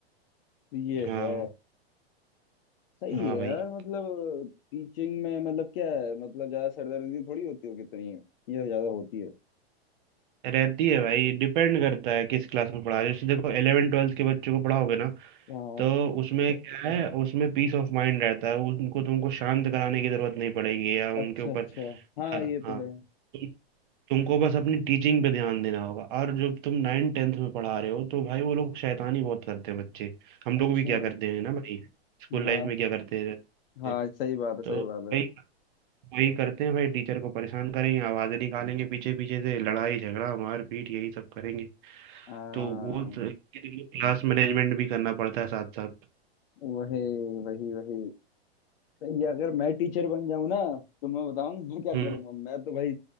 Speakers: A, on the left (about 60°); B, on the right (about 50°).
A: तो ये
B: हाँ
A: है सही
B: हाँ
A: है यार
B: भाई
A: मतलब टीचिंग में मतलब क्या है मतलब ज्यादा सरदर्दी थोड़ी होती होगी इतनी ये ज्यादा होती है
B: रहती है भाई डिपेंड करता है किस क्लास में पढ़ा रहे हो। जैसे देखो इलेवन ट्वेल्थ के बच्चों को पढ़ाओगे ना
A: हाँ
B: तो उसमें क्या है उसमें पीस ऑफ माइंड रहता है उनको तुमको शांत कराने की जरूरत नहीं पड़ेगी या उनके
A: अच्छा
B: ऊपर
A: अच्छा हाँ
B: हाँ
A: ये
B: हाँ,
A: तो है
B: तुम- तुमको बस अपनी टीचिंग पे ध्यान देना होगा और जब तुम नाइन टेंथ में पढ़ा रहे हो तो भाई वो लोग शैतानी बहुत करते हैं बच्चे हम
A: अच्छा
B: लोग भी क्या करते हैं ना भाई स्कूल
A: हाँ
B: लाइफ में क्या करते
A: हाँ
B: हैं
A: सही बात है सही
B: तो
A: बात
B: भाई
A: है
B: वही करते हैं भाई टीचर को परेशान करेंगे आवाज़ें निकालेंगे पीछे पीछे से लड़ाई झगड़ा मार पीट यही सब करेंगे
A: हाँ
B: तो वो तो- क्लास मैनेजमेंट भी करना पड़ता है साथ साथ
A: वही वही वही ये अगर मैं टीचर बन जाऊं ना तो मैं बताऊं <laughs> मैं क्या करूंगा
B: हम्म
A: मैं तो भाई